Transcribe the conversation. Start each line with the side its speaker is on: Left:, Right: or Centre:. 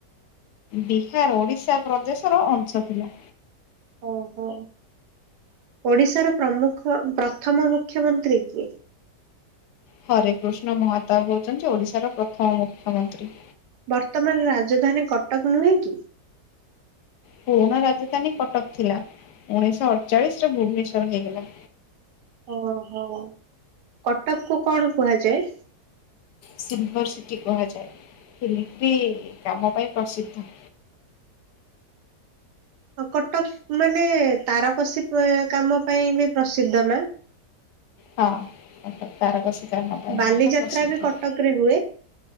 Left: ବିହାର ଓଡିଶା ପ୍ରଦେଶର ଅଂଶ ଥିଲା।
Right: ଓ ହୋ ଓଡ଼ିଶାର ପ୍ରମୁଖ ପ୍ରଥମ ମୁଖ୍ୟମନ୍ତ୍ରୀ କିଏ?
Left: ହରେ କୃଷ୍ଣ ମହାତାବ ହୋଉଚନ୍ତି ଓଡିଶାର ପ୍ରଥମ ମୁଖ୍ୟମନ୍ତ୍ରୀ।
Right: ବର୍ତ୍ତମାନ ରାଜଧାନୀ କଟକ ନୁହେଁ କି?
Left: ପୁରୁଣା ରାଜଧାନୀ କଟକ ଥିଲା। ଉଣେଇଶହ ଅଠଚାଳିଶ ରେ ଭୁବନେଶ୍ଵର ହେଇଗଲା।
Right: ଓହୋ କଟକ କୁ କଣ କୁହାଯାଏ?
Left: ସିଲଭରସିଟି କୁହାଯାଏ <unintelligible> କାମ ପାଇଁ ପ୍ରସିଦ୍ଧ। <inaudible>
Right: ଆ କଟକ ମାନେ ତାରକସୀ କାମ ପାଇଁ ବି ପ୍ରସିଦ୍ଧ ନା
Left: ହଁ କଟକ ତାରକସି କାମ ପାଇଁ
Right: ବାଲିଯାତ୍ରା
Left: ମଧ୍ୟ ପସିଦ୍ଧ
Right: ବି କଟକରେ ହୁଏ